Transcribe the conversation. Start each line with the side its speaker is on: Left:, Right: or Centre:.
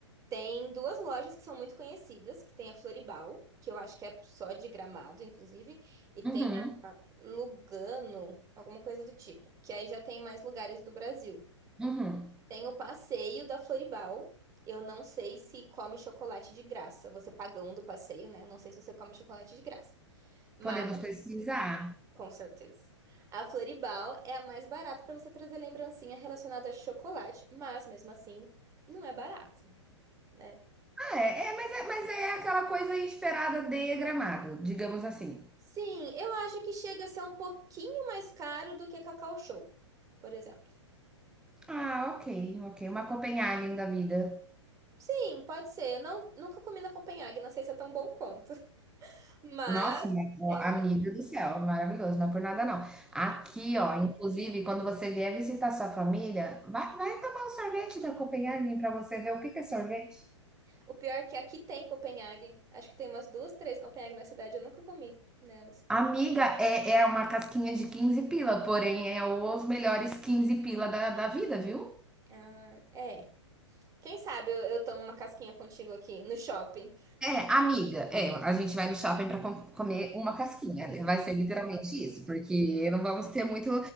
Right: Tem duas lojas que são muito conhecidas, que tem a Floribal, que eu acho que é só de Gramado, inclusive, e tem
Centre: Uhum,
Right: a Lugano, alguma coisa do tipo, que aí já tem mais lugares do Brasil.
Centre: uhum.
Right: Tem o passeio da Floribal. Eu não sei se come chocolate de graça. Você pagando o passeio, né? Não sei se você come chocolate de graça. Mas,
Centre: Podemos pesquisar.
Right: com certeza. A Floribal é a mais barata para você trazer lembrancinha relacionada a chocolate, mas mesmo assim, não é barato, né?
Centre: Ah, é, é, mas é, mas é aquela coisa esperada de Gramado, digamos assim.
Right: Sim, eu acho que chega a ser um pouquinho mais caro do que Cacau Show, por exemplo.
Centre: Ah, ok, ok. Uma Copenhagen da vida.
Right: Sim, pode ser. Eu não, nunca comi na Copenhague, não sei se é tão bom quanto. <laughs> Mas
Centre: Nossa, minha- ó,
Right: eu
Centre: amiga do céu, maravilhoso, não é por nada não. Aqui, ó, inclusive, quando você vier visitar sua família, vai, vai tomar um sorvete da Copenhagen para você ver o que que é sorvete.
Right: O pior é que aqui tem Copenhague. Acho que tem umas duas, três Copenhague na cidade. Eu nunca comi nelas.
Centre: Amiga, é, é uma casquinha de 15 pila, porém é os melhores 15 pila da, da vida, viu?
Right: Ah, é. Quem sabe eu, eu tomo uma casquinha contigo aqui no shopping.
Centre: É, amiga, é, a gente vai no shopping para comer uma casquinha. né? Vai ser literalmente isso, porque não vamos ter muito,